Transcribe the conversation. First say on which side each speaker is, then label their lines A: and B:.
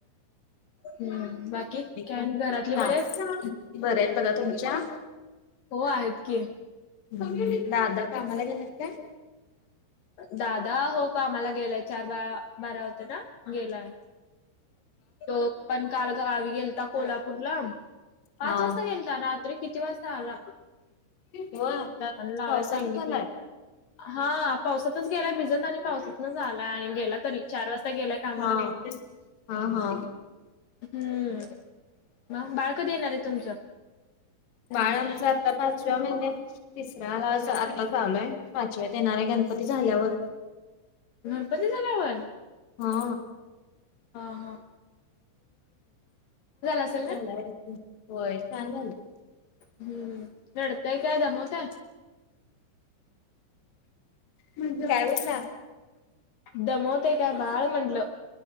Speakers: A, on the left; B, on the left.
A: हम्म बाकी काय
B: का
A: आणि घरातले बरे आहेत?
B: बरं आहे बघा तुमच्या
A: हो आहेत की
B: म दादा कामाला गेणार काय
A: दादा हो का आम्हाला गेलाय चार ब बारा होत ना गेलाय तो पण कालवी गेलता कोल्हापूर ला पाच
B: हा.
A: वाजता गेल रात्री किती वाजता आला
B: हो
A: दुकान लावाय
B: पावसाातच
A: सांगितले.
B: झा आलाय
A: हा पावसातच गेलाय भिजत आणि पावसातूनच आलाय आणि गेला तरी चार वाजता गेलाय कामाला
B: हा हा हा
A: हम्म मग बाळकधी येणार आहे तुमचं
B: बाळ आमचा आता पाचव्या महिन्या तिसऱ्याला आतला झालोय पाचव्यात येणार आहे गणपती झाल्यावर
A: गणपती झाल्यावर
B: हा
A: हा हा असेल ना?
B: झाला होय सांग झालं
A: हम्म रडताय काय दमत
B: म्हणज प्रायवटला
A: दमवतय काय बाळ म्हंटलं